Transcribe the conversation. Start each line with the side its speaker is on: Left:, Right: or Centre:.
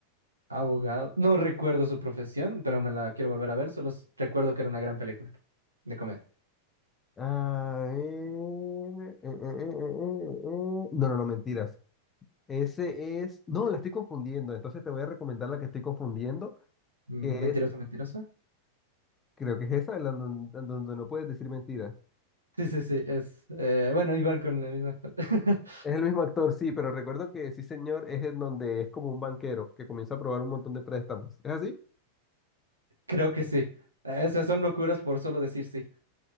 Right: Abogado. No recuerdo su profesión, pero me la quiero volver a ver. Solo s- recuerdo que era una gran película de comedia.
Left: Ah, eh, eh, eh, eh, eh, eh, eh. No, no, no, mentiras. Ese es. No, la estoy confundiendo. Entonces te voy a recomendar la que estoy confundiendo,
Right: Mm,
Left: que
Right: Mentiroso,
Left: es,
Right: mentiroso.
Left: creo que es esa, la don- donde no puedes decir mentiras.
Right: Sí, sí, sí, es... eh, bueno, igual con el mismo actor. <laughs>
Left: Es el mismo actor, sí, pero recuerdo que sí, señor, es en donde es como un banquero que comienza a probar un montón de préstamos. ¿Es así?
Right: Creo que sí. Esas son locuras por solo decir sí.